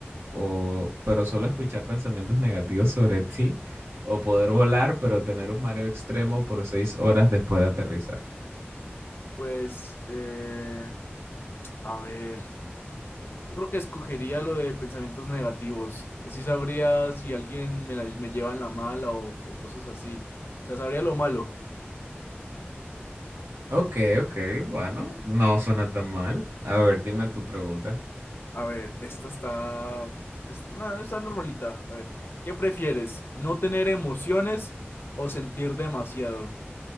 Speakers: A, on the right (about 80°); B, on the left (about 60°).
A: o, pero solo escuchar pensamientos negativos sobre ti, o poder volar, pero tener un mareo extremo por seis horas después de aterrizar.
B: Pues, eh, a ver, yo creo que escogería lo de pensamientos negativos. Así sabría si alguien me, la- me lleva en la mala o, o cosas así. O sea, sabría lo malo.
A: Ok, ok, bueno, no suena tan mal. A ver, dime tu pregunta.
B: A ver, esta está... Es, no, está normalita. A ver, ¿qué prefieres? ¿No tener emociones o sentir demasiado?